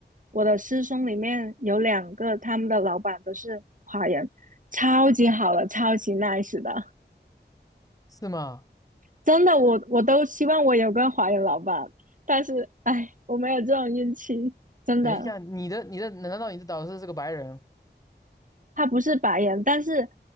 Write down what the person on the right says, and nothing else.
我的师兄里面有两个，他们的老板都是华人，超级好的，超级 nice 的，
真的，我我都希望我有个华人老板，但是哎，我没有这种运气，真的。
他不是白人，但是